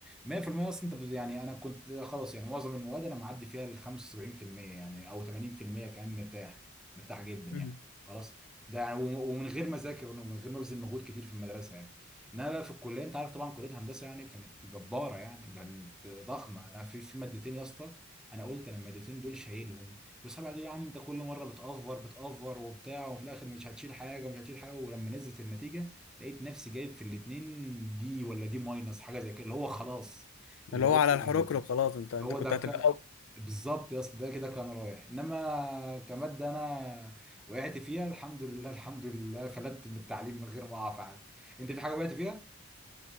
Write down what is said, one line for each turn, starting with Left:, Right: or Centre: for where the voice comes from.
Centre: 100% اصلا انت بت- يعني انا كنت خلاص يعني معظم المواد انا معدي فيها ال 75% يعني او 80% كمان مرتاح مرتاح جدا
Left: مم.
Centre: يعني خلاص ده يعني وم- ومن غير ما اذاكر ومن غير ما ابذل مجهود كتير في المدرسه يعني انما بقى في الكليه انت عارف طبعا كليه هندسه يعني كانت جباره يعني كانت ضخمه انا في في مادتين يا اسطى انا قلت انا المادتين دول شايلهم وسبعة دي يا عم انت كل مره بتأفور بتأفور وبتاع وفي الاخر مش هتشيل حاجه ومش هتشيل حاجه ولما نزلت النتيجه لقيت نفسي جايب في الاتنين دي ولا دي ماينس حاجه زي كده اللي هو خلاص اللي
Left: اللي هو
Centre: هو
Left: على الحروكرو
Centre: اللي
Left: خلاص انت انت
Centre: هو
Left: كنت
Centre: ده
Left: هتبقى
Centre: ك...
Left: أول.
Centre: بالظبط يا اسطى ده كده كان رايح انما كماده انا وقعت فيها الحمد لله الحمد لله فلتت من التعليم من غير ما اقع في حاجه انت في حاجه وقعت فيها؟